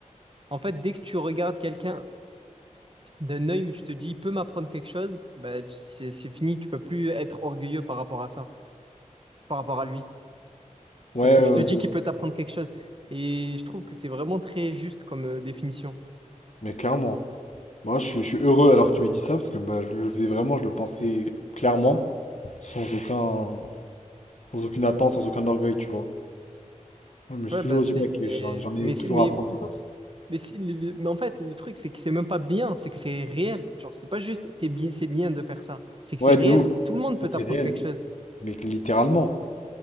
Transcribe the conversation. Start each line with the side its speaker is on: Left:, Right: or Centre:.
Right: En fait, dès que tu regardes quelqu'un d'un œil où tu te dis, il peut m'apprendre quelque chose, bah, c'est c'est fini, tu peux plus être orgueilleux par rapport à ça, par rapport à lui.
Left: Ouais,
Right: Parce que
Left: ouais,
Right: je te
Left: ouais,
Right: dis
Left: de
Right: qu'il
Left: ouf.
Right: peut t'apprendre quelque chose. Et je trouve que c'est vraiment très juste comme euh, définition.
Left: Mais clairement, moi je suis, je suis heureux alors que tu m'aies dit ça parce que bah, je le faisais vraiment, je le pensais clairement, sans aucun, sans aucune attente, sans aucun orgueil, tu vois. Je me suis
Right: Ouais,
Left: toujours
Right: bah c'est.
Left: dit, ouais, que j'en j'en ai
Right: Mais, c'est-
Left: toujours
Right: mais,
Left: à apprendre des autres.
Right: mais, c'est- le- le- mais en fait, le truc, c'est que c'est même pas bien, c'est que c'est réel. Genre, c'est pas juste, t'es bien, c'est bien de faire ça. C'est que
Left: Ouais,
Right: c'est réel.
Left: de ouf.
Right: Tout le monde peut
Left: Ah, c'est
Right: t'apprendre
Left: réel.
Right: quelque chose.
Left: Mais que littéralement,